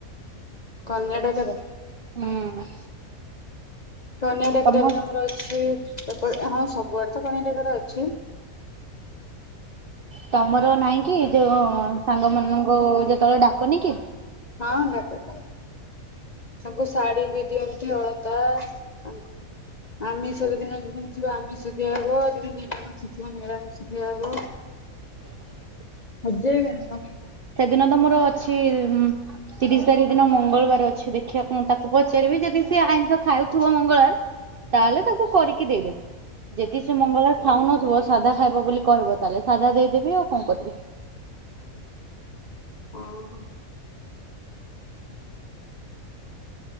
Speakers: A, on the left; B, on the right.
A: କନ୍ୟା ଡାକରା।
B: ହୁଁ।
A: କନ୍ୟାଡାକ
B: ତମ
A: ବି ଆମର ଅଛି ସେପଟ ହଁ ସବୁଆଡେ ତ କନ୍ୟାଡାକରା ଅଛି।
B: ତମର ନହିଁ କି ଯୋଉ ସାଙ୍ଗ ମାନଙ୍କୁ ଯେତେବେଳେ ଡାକନି କି।
A: ହଁ ଡାକନ୍ତି। ତାଙ୍କୁ ଶାଢୀ ବି ଦିଅନ୍ତି ଅଳତା ତାଙ୍କୁ। ଆମିଷ ଯଦି ନଦିନ ଥିବ ଆମିଷ ଦିଆ ହବ ଯଦି ନିରାମିଷ ଯୋଉଦିନ ନିରାମିଷ। ଦିଆହବ।
B: <inaudible>
A: ହଜେଇବେନି ରଖି
B: ସେଦିନ ତ ମୋର ଅଛି। ତିରିଶ ତାରିଖ ଦିନ ମଙ୍ଗଳବାର ଅଛି ଦେଖିବାକୁ ମୁଁ ତାକୁ ପଚାରିବି ଯଦି ସିଏ ଆଇଁଷ ଖାଉଥିବ ମଙ୍ଗଳବାର ତାହେଲେ ତାକୁ କରିକି ଦେଇଦେବି। ଯଦି ସେ ମଙ୍ଗଳବାର ଖାଉନଥିବ ସାଧା ଖାଇବ ବୋଲି କହିବ ତାହେଲେ ସାଧା ଦେଇଦେବି ଆଉ କଣ କରିବି।
A: ଓହୋ।